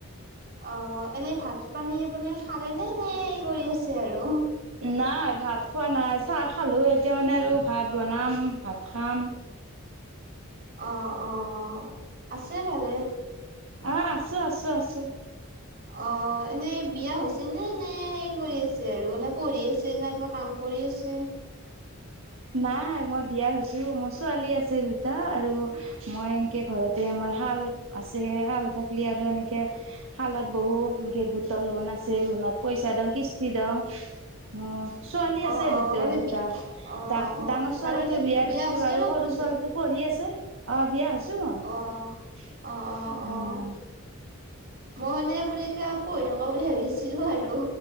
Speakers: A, on the right; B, on the right.
A: অ এনে ভাত পানী আপোনাৰ খালে নে নে কৰি আছে আৰু
B: নাই ভাত খোৱা নাই চাহ খালেঁ এতিয়া মানে আৰু ভাত বনাম ভাত খাম
A: অ অ। আছে ভালে
B: অ আছো আছো আছো।
A: অ এনেই বিয়া হৈছে নে নে এই কৰি আছে আৰু নে পঢ়ি আছে? নে কিবা কাম কৰি আছে?
B: নাই মই বিয়া হৈছো মোৰ ছোৱালী আছে দুটা আৰু মই এনকে ঘৰতে আমাৰ শাল আছে শাল থাকলি আৰু এনেকে শালত বহু গোটৰ লোন আছে লোনত পইচা দিওঁ কিস্তি দিওঁ উম ছোৱালী
A: অ',
B: আছে
A: অ',
B: দুটা
A: মানে
B: দুটা
A: বি অ',
B: ডাঙ-ডাঙৰ ছোৱালীটো
A: বাৰু মানে
B: বিয়া দিছো
A: হৈছে
B: আৰু সৰু
A: আপুনি?
B: ছোৱালীটো পঢ়ি আছে। অ বিয়া হৈছো মই।
A: অ', অ', অ', অ',
B: উম।
A: মই মানে আপোনি এতিয়া পঢ়ি থকা বুলি ভাবিছিলো আৰু